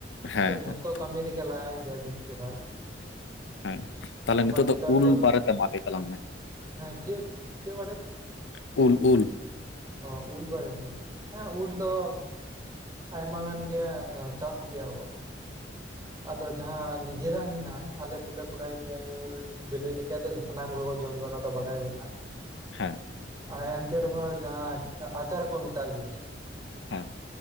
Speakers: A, on the left; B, on the right.
A: ᱦᱮᱸ
B: ᱟᱫᱚ ᱡᱷᱚᱛᱚ
A: ᱦᱮᱸ
B: ᱠᱟᱹᱢᱤ ᱨᱮᱜᱮ ᱞᱟᱜᱟᱜ ᱜᱮᱭᱟ ᱵᱮᱥᱤᱨ ᱵᱷᱟᱜᱽ᱾
A: ᱦᱮᱸ, ᱛᱟᱦᱞᱮ ᱱᱤᱛᱳᱜ
B: ᱟᱵᱟᱨ ᱱᱮᱛᱟᱨ
A: ᱫᱚ ᱩᱞ ᱵᱟᱨᱮᱛᱮ ᱢᱟ ᱞᱟᱹᱭ ᱛᱟᱞᱟᱝ ᱢᱮ᱾
B: ᱦᱮᱸ ᱪᱮᱫ ᱪᱮᱫ
A: ᱩᱞ, ᱩᱞ᱾
B: ᱦᱚᱸ ᱩᱞ ᱵᱟᱨᱮᱛᱮ ᱦᱮᱸ ᱩᱞ ᱫᱚ ᱟᱭᱢᱟ ᱜᱟᱱ ᱜᱮᱭ ᱮ ᱪᱟᱥ ᱜᱮᱭᱟᱵᱚ᱾ ᱟᱫᱚ ᱡᱟᱦᱟᱸ ᱱᱤᱡᱮᱨᱟᱜ ᱦᱮᱸᱱᱟᱜ-ᱟ, ᱟᱞᱮ ᱫᱚᱞᱮ ᱠᱚᱨᱟᱭ ᱜᱮᱭᱟ ᱩᱞ ᱵᱤᱞᱤ ᱞᱮᱠᱟ ᱫᱚ ᱡᱷᱚ ᱥᱟᱱᱟᱢ ᱜᱮᱠᱚ ᱡᱚᱢ ᱜᱮᱭᱟ ᱚᱱᱟ ᱫᱚ ᱵᱟᱰᱟᱭ ᱢᱮᱱᱟᱜᱼᱟ᱾
A: ᱦᱮᱸ
B: ᱟᱨ ᱮᱱᱛᱮ ᱨᱮᱦᱚᱸ ᱡᱟᱦᱟᱸ ᱟᱪᱟᱨ ᱠᱚ ᱢᱮᱛᱟᱜ ᱜᱮᱭᱟ
A: ᱦᱮᱸ᱾